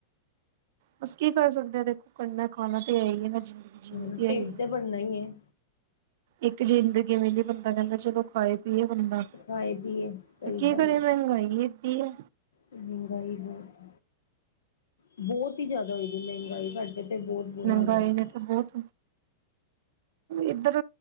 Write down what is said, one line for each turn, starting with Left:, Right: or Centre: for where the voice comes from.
Right: ਬਸ ਕੀ ਕਰ ਸਕਦੇ ਹ ਦੇਖੋ ਕਰਨਾ ਖਾਣਾ ਤਾਂ ਹੈ ਹੀ ਹੈ ਮ ਜ਼ਿੰਦਗੀ ਜੀਵ
Left: ਹੁਣ
Right: ਤੇ ਹੈ
Left: ਢਿੱਡ
Right: ਹੀ ਹੈ।
Left: ਭਰਨਾ ਹੀ ਏ
Right: ਇੱਕ ਜ਼ਿੰਦਗੀ ਮਿਲੀ ਬੰਦਾ ਕਹਿੰਦਾ ਚਲੋ ਖਾਏ। ਵੀ ਬੰਦਾ
Left: ਖਾਏ ਪੀਏ ਸਹੀ
Right: ਤੇ ਕੀ
Left: ਗੱਲ
Right: ਕਰੇ
Left: ਏ
Right: ਮਹਿੰਗਾਈ ਏਡੀ ਐ।
Left: <inaudible> ਮਹਿੰਗਾਈ ਬਹੁਤ ਬਹੁਤ ਹੀ ਜ਼ਿਆਦਾ ਹੋਈ ਦੀ ਮਹਿੰਗਾਈ ਸਾਡੇ ਤੇ ਬਹੁਤ ਬੁਰਾ
Right: ਮਹਿੰਗਾਈ
Left: ਹਾਲ ਹੋਇਆ
Right: ਨੇ
Left: ਦਾ।
Right: ਤਾਂ ਬਹੁਤ ਇੱਧਰ